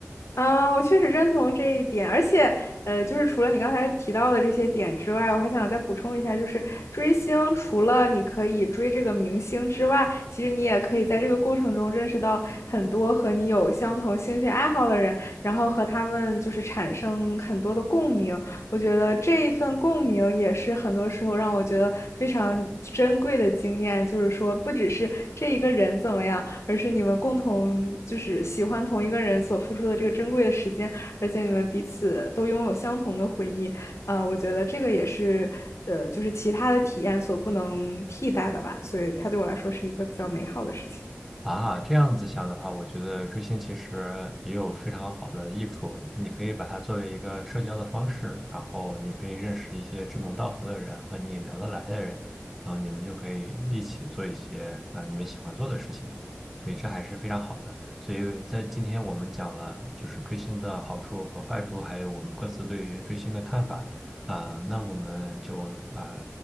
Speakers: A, on the left (about 75°); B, in the centre.
A: 嗯，我确实认同这一点，而且，呃，就是除了你刚才提到的这些点之外，我还想再补充一下，就是追星，除了你可以追这个明星之外，其实你也可以在这个过程中认识到很多和你有相同兴趣爱好的人，然后和他们就是产生很多的共鸣，我觉得这一份共鸣也是很多时候让我觉得非常珍贵的经验，就是说不只是这一个人怎么样，而是你们共同就是喜欢同一个人所付出的这个珍贵的时间，而且你们彼此都拥有相同的回忆，呃，我觉得这个也是呃就是其他的体验所不能替代的吧，所以它对我来说是一个比较美好的事情。
B: 啊，这样子想的话，我觉得追星其实也有非常好的益处。你可以把它作为一个社交的方式，然后你可以认识一些志同道合的人和你聊得来的人，然后你们就可以一起做一些啊、呃你们喜欢做的事情，所以这还是非常好的。所以在今天我们讲了就是追星的好处和坏处，还有我们各自对于追星的看法啊、那我们就啊、